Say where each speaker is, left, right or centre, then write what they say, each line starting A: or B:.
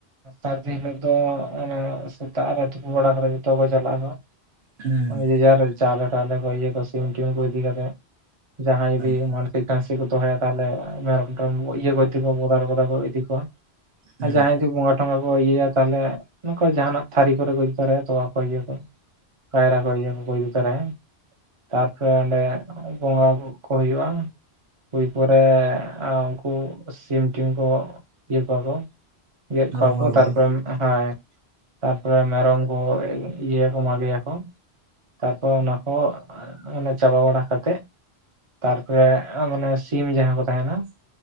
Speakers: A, on the right; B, on the right.
A: ᱥᱟᱨᱫᱤ ᱦᱤᱞᱳᱜ ᱫᱚ ᱚᱱᱮ ᱥᱮᱛᱟᱜ ᱨᱮ ᱛᱩᱯᱩ ᱵᱟᱲᱟ ᱠᱟᱛᱮ ᱡᱚᱛᱚ ᱠᱚ ᱪᱟᱞᱟᱜ-ᱟ ᱠᱚ᱾
B: ᱦᱩᱸ
A: ᱚᱱᱮ ᱡᱮ ᱡᱟᱨ ᱪᱟᱣᱞᱮ ᱴᱟᱣᱞᱮ ᱠᱚ ᱤᱭᱟᱹ ᱠᱚ ᱥᱤᱢ ᱴᱤᱢ ᱠᱚ ᱤᱫᱤ ᱠᱟᱛᱮᱫ, ᱡᱟᱦᱟᱸᱭ
B: ᱟᱪᱪᱷᱟ
A: ᱡᱩᱫᱤ ᱢᱟᱱ ᱴᱟᱱᱥᱤ ᱠᱚ ᱫᱚᱦᱚᱭᱟ ᱛᱟᱦᱚᱞᱮ ᱢᱮᱨᱚᱢ ᱴᱮᱨᱚᱢ ᱤᱭᱟᱹ ᱠᱚ ᱤᱫᱤ ᱠᱚᱣᱟ ᱵᱚᱫᱟᱨ ᱵᱚᱫᱟ ᱠᱚ ᱤᱫᱤ ᱠᱚᱣᱟ᱾
B: ᱦᱩᱸ
A: ᱟᱨ ᱡᱟᱦᱟᱸᱭ ᱡᱩᱫᱤ ᱵᱚᱸᱜᱟ ᱴᱚᱸᱜᱟ ᱠᱚ ᱤᱭᱟᱹᱭᱟ ᱛᱟᱞᱦᱮ ᱱᱚᱝᱠᱟ ᱡᱟᱦᱟᱱᱟᱜ ᱛᱷᱟᱹᱨᱤ ᱠᱚᱨᱮ ᱠᱚ ᱤᱫᱤ ᱛᱚᱨᱟᱭᱟ ᱛᱚᱣᱟ ᱠᱚ ᱤᱭᱟᱹ ᱠᱚ᱾ ᱠᱟᱭᱨᱟ ᱠᱚ ᱤᱭᱟᱹ ᱠᱚ ᱠᱚ ᱤᱫᱤ ᱛᱟᱨᱟᱭᱟ᱾ ᱛᱟᱨᱯᱚᱨᱮ ᱚᱸᱰᱮ ᱵᱚᱸᱜᱟ ᱵᱩᱨᱩ ᱠᱚ ᱦᱩᱭᱩᱜ-ᱟ᱾ ᱦᱩᱭ ᱯᱚᱨᱮ ᱩᱱᱠᱩ ᱥᱤᱢ ᱴᱤᱢ ᱠᱚ ᱤᱭᱟᱹ ᱠᱚᱣᱟ ᱠᱚ᱾ ᱜᱮᱵ
B: ᱚᱱᱟ
A: ᱠᱚᱣᱟ
B: ᱵᱚᱸᱜᱟ
A: ᱠᱚ
B: ᱵᱩᱨᱩ
A: ᱛᱟᱨᱯᱚᱨᱮ, ᱦᱳᱭ᱾ ᱛᱟᱨᱯᱚᱨᱮ ᱢᱮᱨᱚᱢ ᱠᱚ ᱤᱭᱟᱹᱭᱟ ᱠᱚ ᱢᱟᱜᱮᱭᱟ ᱠᱚ᱾ ᱛᱟᱨᱯᱚᱨ ᱚᱱᱟ ᱠᱚ ᱚᱱᱮ ᱪᱟᱵᱟ ᱵᱟᱲᱟ ᱠᱟᱛᱮᱜ᱾ ᱛᱟᱨᱯᱚᱨᱮ ᱢᱟᱱᱮ ᱥᱤᱢ ᱡᱟᱦᱟᱸ ᱠᱚ ᱛᱟᱦᱮᱱᱟ᱾